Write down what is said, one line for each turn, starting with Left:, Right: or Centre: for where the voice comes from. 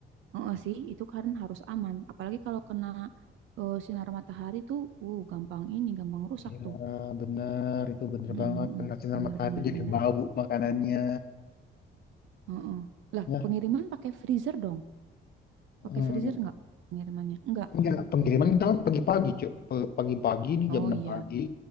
Right: Heeh sih itu karen harus aman apalagi kalau kena eh, sinar matahari tuh uh gampang ini gampang rusak
Left: Iya,
Right: tuh
Left: benar. Itu bener
Right: Mm,
Left: banget.
Right: mm,
Left: Kena
Right: mm.
Left: sinar
Right: bener
Left: matahari
Right: bener
Left: itu jadi
Right: bener
Left: bau makanannya.
Right: Heeh. lah
Left: Ya,
Right: pengiriman pakai freezer dong
Left: em,
Right: pakai freezer nggak pengirimannya nggak
Left: enggak. Pengiriman kita kan pagi-pagi, Cuk. Pe- Pagi-pagi nih
Right: oh
Left: jam 6
Right: iya
Left: pagi,